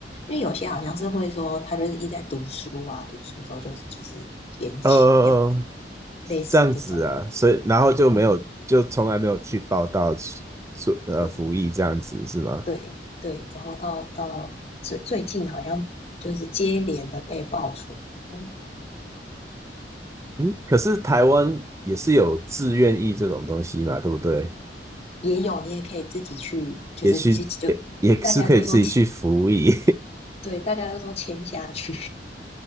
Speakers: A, on the left (about 35°); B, on the right (about 15°).
A: 因为有些好像是会说他就是一直在读书啊，读书之后就是就是延期这样子，
B: 呃，
A: 类似这种。
B: 这样子啊，所以然后就没有，就从来没有去报道做呃服役这样子是吗？
A: 对对对，然后到到最最近好像就是接连的被爆出，嗯，
B: 嗯，可是台湾也是有志愿役这种东西嘛，对不对？
A: 也有你也可以自己去，就是有些就
B: 也去也也是可以自己去服役。
A: 大家都说签，对，大家都说签下去，